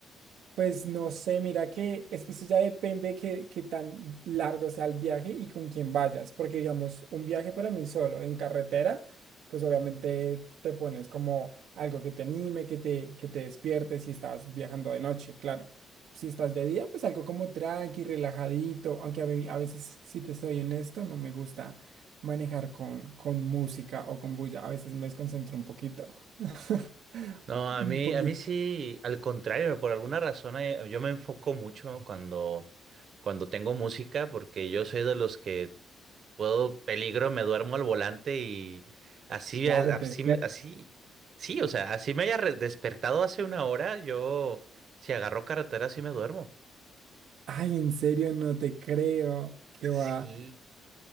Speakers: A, on the right (about 80°); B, on the right (about 55°).
A: Pues no sé, mira que es que eso ya depende que qué tan largo sea el viaje y con quién vayas, porque digamos, un viaje para mí solo en carretera, pues obviamente te pones como algo que te anime, que te, que te despierte si estás viajando de noche, claro. Si estás de día, pues algo como tranqui, relajadito, aunque a, ve- a veces, si te estoy honesto, no me gusta manejar con, con música o con bulla, a veces me desconcentro un poquito. <laughs>
B: No, a
A: Un
B: mí,
A: poquito.
B: a mí sí, al contrario, por alguna razón eh, yo me enfoco mucho cuando, cuando tengo música porque yo soy de los que Puedo peligro, me duermo al volante y así,
A: Claro,
B: eh, así,
A: te
B: así, sí, o sea, así me haya re- despertado hace una hora, yo, si agarro carretera, sí me duermo.
A: Ay, en serio, no te creo que
B: Sí,
A: va.